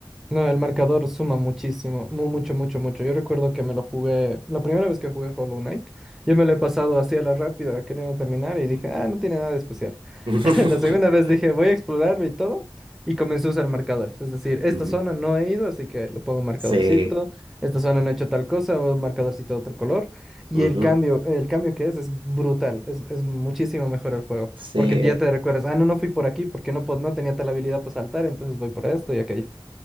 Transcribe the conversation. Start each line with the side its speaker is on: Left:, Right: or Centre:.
Centre: No, el marcador suma muchísimo, mu- mucho, mucho, mucho. Yo recuerdo que me lo jugué, la primera vez que jugué Hollow Knight, yo me lo he pasado así a la rápida, queriendo terminar, y dije, ah, no tiene nada de especial.
Right: <laughs>
Centre: <laughs> La segunda vez dije, voy a explorarlo y todo, y comencé a usar marcadores. Es decir, esta
Right: Ujú.
Centre: zona no he ido, así que le pongo un marcadorcito,
Right: Sí.
Centre: esta zona no he hecho tal cosa, un marcadorcito de otro color, y
Right: ujú.
Centre: el cambio, el cambio que es, es brutal, es, es muchísimo mejor el juego,
Right: Sí,
Centre: porque ya te recuerdas, ah, no, no fui por aquí porque no, po- no tenía tal habilidad para saltar, entonces voy por esto y aquello.